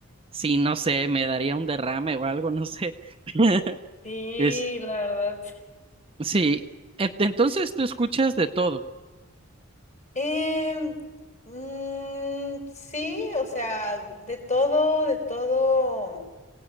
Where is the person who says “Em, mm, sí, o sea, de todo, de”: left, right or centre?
Left